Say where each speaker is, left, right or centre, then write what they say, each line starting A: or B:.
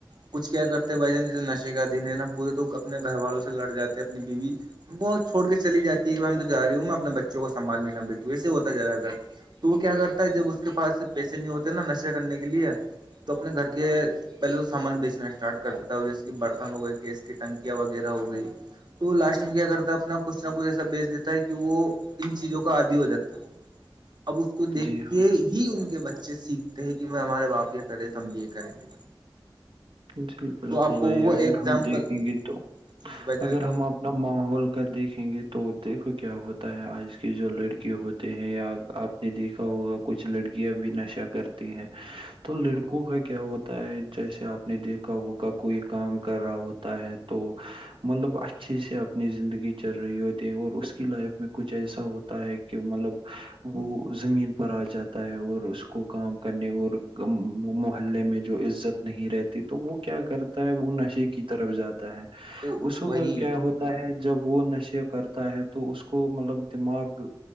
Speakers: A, on the right (about 55°); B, on the right (about 85°).
A: کچھ کیا کرتے ہیں بھائی جان جیسے نشے کا ادھین ہے نا پورے تو اپنے گھر والوں سے لڑ جاتے ہیں اپنی بیوی بہت چھوڑ کے چلی جاتی ہے کہ میں تو جا رہیوں میں اپنے بچ کو سنبھ لینا وسے ہوتا ہے جیادا کر تو وہ کیا کرتا ہے جب اس کے پاس پیسے نہیں ہوتے نا نشے کرنے کے لیے تو اپنے گھر کے پہلے وہ سامان بیچنا اسٹارٹ کر دیتا تھا جیسے کہ برتن ہو گئے گیس کی ٹنکیاں وغیرہ ہو گئی تو لاسٹ میں کیا کرتا ہے اپنا کچھ نہ کچھ ایسا بیچ دیتا ہے کہ وہ ان چیزوں کو آادی ہو جاتا ہے اب اس کو دیکھ
B: جی ہاں
A: کے ہی ان کے بچے سیکھتے ہیں کہ میں ہمارے باپ یہ کر رہے تو ہم بی اے کریں گے
B: جی بالکل
A: تو آپ
B: بھائی
A: کو وہ
B: اگر
A: ایگزامپل
B: ہم دیکھیں گے تو
A: جی جی بھائی جان
B: اگر ہم آپ ن ماحول کا دیکھیں گے تو دیکھو کیا ہوتا ہے آج کی جو لڑکے ہوتے ہیں یا آپ نے دیکھا ہوگا کچھ لڑکیاں بھی نشہ کرتی ہیں تو لڑکوں کا کیا ہوتا ہے جیسے آپ نے دیکھا ہوگا کوئی کام کر رہا ہوتا ہے تو مطلب اچھے سے اپنی زندگی چل رہی ہوتی اور اس کی لائف میں کچھ ایسا ہوتا ہے کہ مطلب وہ زمین پر آ جاتا ہے اور اور اس کو کام کرنے اور محلے میں جو عزت نہیں رہتی تو وہ کیا کرتا ہے وہ نشے کی طرف جاتا ہے
A: تو
B: اس کو
A: وہی
B: کو کیا ہوتا ہے جب وہ نشیا کرتا ہے تو اس کو مطلب دماغ